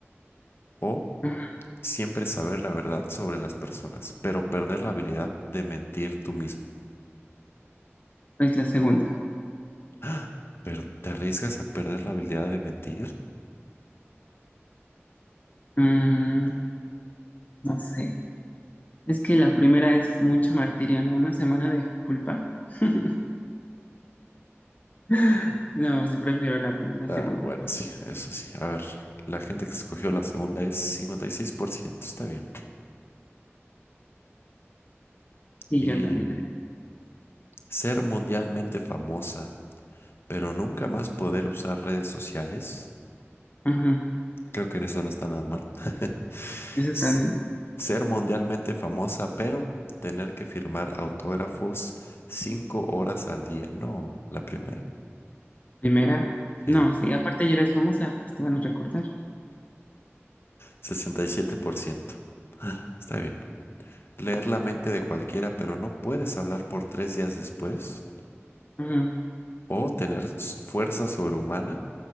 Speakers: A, on the left; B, on the left.
A: O
B: Ujú.
A: siempre saber la verdad sobre las personas, pero perder la habilidad de mentir tú mismo.
B: Pues la segunda.
A: ¡Ah! Per- ¿Te arriesgas a perder la habilidad de mentir?
B: Mm, no sé. Es que la primera es mucho martirio, ¿no? Una semana de culpa. <laughs> <laughs> No, sí prefiero la, pri- la
A: Ah,
B: segunda.
A: bueno, sí, eso sí. A ver, la gente que escogió la segunda es 56%, está bien.
B: Sí,
A: Y
B: yo también.
A: ser mundialmente famosa, pero nunca más poder usar redes sociales.
B: Ajá,
A: Creo que en eso no está nada mal. <laughs>
B: eso
A: S-
B: está bien.
A: Ser mundialmente famosa, pero tener que firmar autógrafos cinco horas al día. No, la primera.
B: La Primera,
A: Sí,
B: no, sí, aparte ya eres famosa, pues te van a recordar.
A: sesenta y siete por ciento Está bien. Leer la mente de cualquiera, pero no puedes hablar por tres días después.
B: Ajá,
A: O tener s- fuerza sobrehumana,